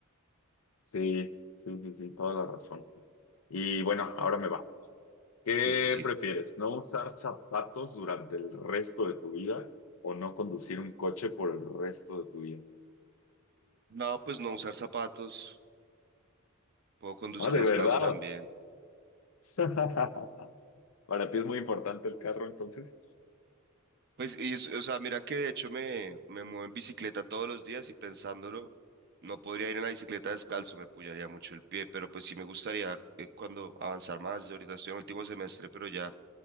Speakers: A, on the left (about 80°); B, on the right (about 50°).
A: Sí, sí, sí, sí, toda la razón. Y bueno, ahora me va. ¿Qué
B: Listo, sí.
A: prefieres? ¿No usar zapatos durante el resto de tu vida o no conducir un coche por el resto de tu vida?
B: No, pues no usar zapatos, puedo conducir
A: Ah, de
B: descalzo
A: verdad.
B: también.
A: <laughs> Para ti es muy importante el carro, entonces.
B: Pues, y es- o sea, mira que de hecho me, me muevo en bicicleta todos los días y pensándolo, no podría ir en la bicicleta descalzo, me pullaría mucho el pie, pero pues sí me gustaría eh, cuando avanzar más, yo ahorita estoy en último semestre, pero ya,